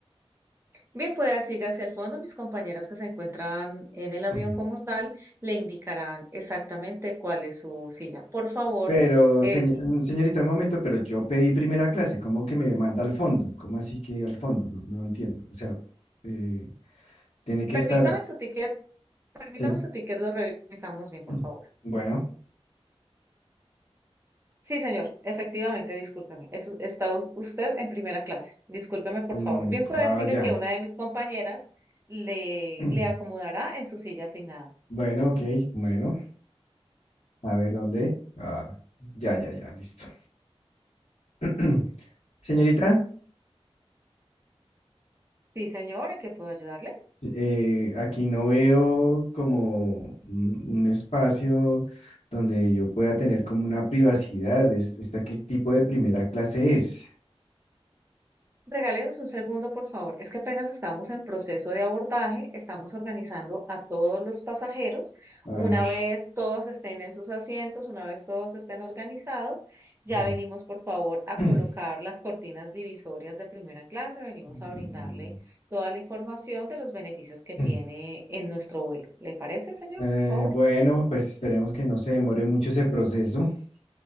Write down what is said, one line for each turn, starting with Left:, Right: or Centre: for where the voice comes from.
Right: Bien, puede siga hacia el fondo. Mis compañeras que se encuentran en el avión
Left: Mm.
Right: como tal le indicarán exactamente cuál es su silla. Por favor,
Left: Pero,
Right: es...
Left: señ- mm, señorita, un momento, pero yo pedí primera clase, ¿cómo que me manda al fondo? ¿Cómo así que al fondo? No, no entiendo. O sea, eh, tiene que
Right: permítame
Left: estar,
Right: su ticket, permítame
Left: sí.
Right: su ticket, lo revisamos bien, por
Left: <clears throat>
Right: favor.
Left: Bueno,
Right: Sí, señor, efectivamente, discúlpeme. Es- está us- usted en primera clase. Discúlpeme, por
Left: mm,
Right: favor. Bien pueda
Left: ah,
Right: decir
Left: ya.
Right: que una de mis compañeras le,
Left: <clears throat>
Right: le acomodará en su silla asignada.
Left: Bueno, ok, bueno. A ver, ¿dónde? Ah, ya, ya, ya, listo. <clears throat> Señorita,
Right: Ok. Sí, señor, ¿en qué puedo ayudarle?
Left: eh, aquí no veo como un, un espacio donde yo pueda tener como una privacidad. Es, ¿esta qué tipo de primera clase es?
Right: Regálenos un segundo, por favor. Es que apenas estamos en proceso de abordaje, estamos organizando a todos los pasajeros.
Left: Ay,
Right: Una vez todos estén en sus asientos, una vez todos estén organizados, ya
Left: mm,
Right: venimos, por favor, a
Left: <clears throat>
Right: colocar las cortinas divisorias de primera clase. Venimos
Left: mm.
Right: a brindarle toda la información de los beneficios que tiene
Left: mm.
Right: en nuestro vuelo. ¿Le parece, señor?
Left: Eh,
Right: Por favor.
Left: bueno, pues esperemos que no se demore mucho ese proceso. <clears throat>